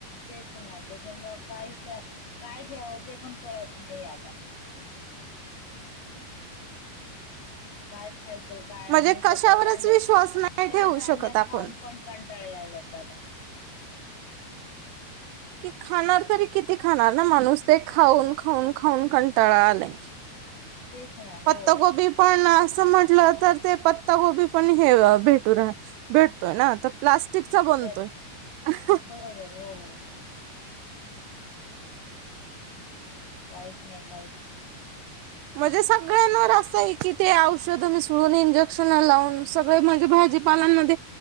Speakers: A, on the left; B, on the right.
A: तेच ना त्याच्यामुळं काही तर काही द्यावं ते पण कळत नाहीये आता. काय खायचं काय
B: म्हणजे
A: नुसतं
B: कशावरच
A: कडधान्य
B: विश्वास नाही
A: कडधान्य
B: ठेवू शकत आपण
A: खाऊन पण कंटाळा यायलत आता.
B: कि खाणार तरी किती खाणार ना माणूस ते खाऊन खाऊन खाऊन कंटाळा आलाय.
A: तेच ना. हो
B: पत्तागोबी पण असं म्हटलं तर ते पत्तागोबी पण हे अ.. भेटू राहाल.. भेटतोय ना, आता प्लास्टिकचा बनतोय.
A: तर
B: अहह
A: बरोबर हो. काहीच नाही काहीच नाही.
B: म्हणजे सगळ्यांवर असं आहे की ते औषध मिसळून, इंजेक्शन लावून, सगळे म्हणजे भाजी पालांमध्ये